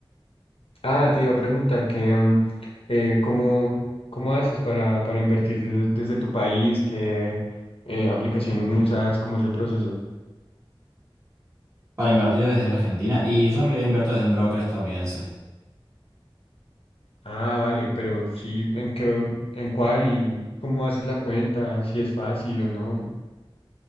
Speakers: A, on the left; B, on the right.
A: Ah, te iba a preguntar que, mm, eh, ¿cómo, cómo haces para, para invertir de- desde tu país? ¿Qué eh, aplicación usas? ¿Cómo es el proceso?
B: Para invertir desde Argentina y yo en realidad invierto desde un broker estadounidense.
A: Ah, vale, pero sí, ¿en qué, en cuál y cómo haces la cuenta? ¿Si es fácil o no?